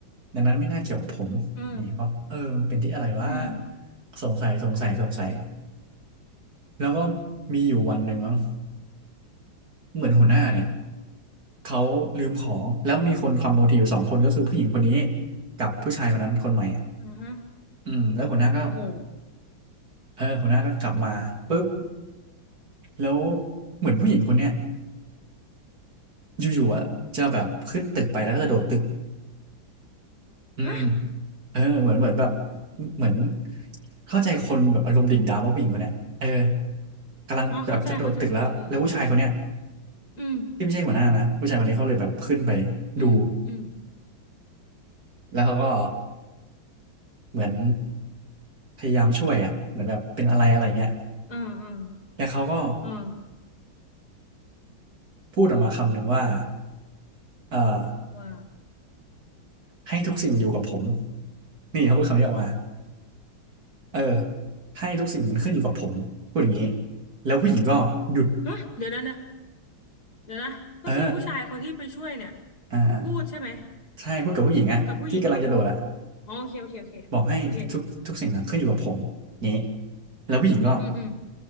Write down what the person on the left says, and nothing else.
เอออืม
อืม
อ่าฮะ
โอ้โห
ฮะ
อ๋อเข้าใจเข้าใจ เข้าใจ เออเออเอออืม
อืมอืม
อ่าอ่า
อ่า
ว่า
ฮะเดี๋ยวนะนะ เดี๋ยวนะ
ก็คือผู้ชายคนที่ไปช่วยเนี่ย
พูดใช่ไหม
กับผู้หญิงอ๋อโอเคโอเคโอเคโอเค
อืมอืม